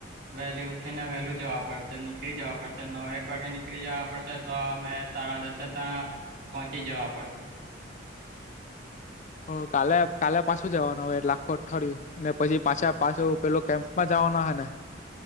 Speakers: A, on the right; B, on the left.
A: વહેલી ઉઠીને વહેલું જવા પડશે, નીકળી જવા પડશે નવેક વાગે નીકળી જાવા પડશે તો મે સાડા દશે તા પહોંચી જાવ પડશે.
B: તો કાલે કાલે પાસું જવાનું અવે એટલે આખું અઠવાડિયું. ને પછી પાછા પાસો પેલો કેમ્પમાં જાવાનો અહે ને?